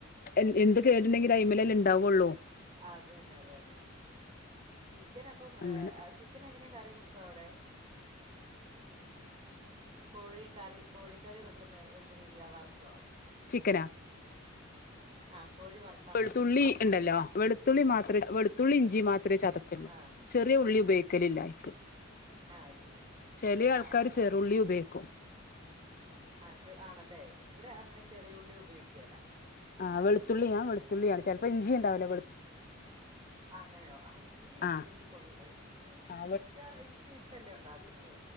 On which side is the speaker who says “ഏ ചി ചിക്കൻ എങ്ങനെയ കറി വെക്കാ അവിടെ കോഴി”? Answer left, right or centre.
Right